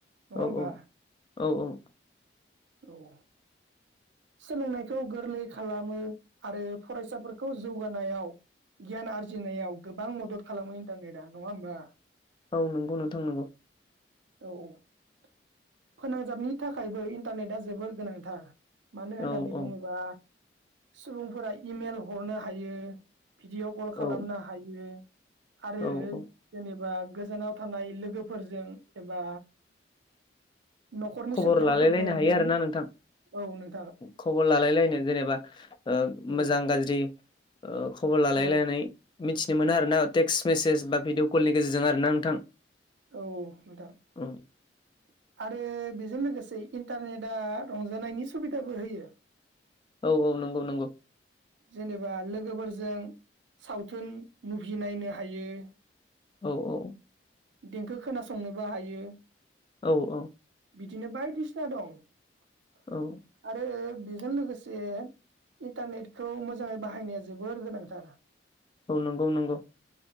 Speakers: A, on the right; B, on the left.
A: नङा
B: औ
A: होमबा
B: औ औ औ
A: औ सोलोंनायखौ गोरलै खालामो आरो फरायसाफोरखौ जौगानायाव गियान आरजिनायाव गोबां मदद खालामो इन्टारनेटा नङा होमबा?
B: औ नंगौ ।नोंथां नंगौ।
A: औ । फोनांजाबनि थाखायबो इन्टारनेटआ जोबोर गोनांथार। मानो होननानै
B: औ
A: बुङोबा
B: औ
A: सुबुंफोरा इमेल हरनो हायो। भिडिअ'' कल
B: औ
A: खालामनो हायो। आरो
B: औ औ
A: जेनेबा गोजानाव थानाय लोगोफोरजों एबा न'खरनि
B: खबर
A: सोद्रोमाफोरजों
B: लालायलायनो हायो
A: जों
B: आरोना नोंथां
A: औ नों
B: खबर लालायलायनो जेनेबा
A: औ
B: मोजां गाज्रि खबर लालायलायनानै
A: औ
B: मिथिनो मोन आरोना टेक्स्ट मेसेज बा भिडिअ कलनि गेजेरजों आर ना नोंथां।
A: औ नोंथां ।
B: औ
A: आरो बेजों लोगोसे इन्टारनेटआ रंजानायनि सुबिदाबो होयो।
B: औ औ नंगौ नंगौ।
A: जेनेबा लोगोफोरजों सावथुन मुभि नायनो हायो ।
B: औ औ।
A: देंखो खोनासंनोबो हायो।
B: औ औ ।
A: बिदिनो बायदिसिना दं ।
B: औ
A: आरो बेजों लोगोसे इन्टारनेटखौ मोजाङै बाहायनाया जोबोर गोनांथार।
B: औ नंगौ नंगौ।